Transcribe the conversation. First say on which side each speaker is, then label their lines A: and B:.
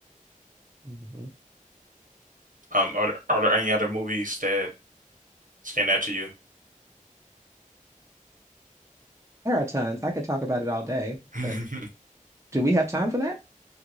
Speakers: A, on the right; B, on the right.
A: hmm
B: Um, are there, are there any other movies that stand out to you?
A: There are tons. I could talk about it all day,
B: <laughs>
A: but do we have time for that?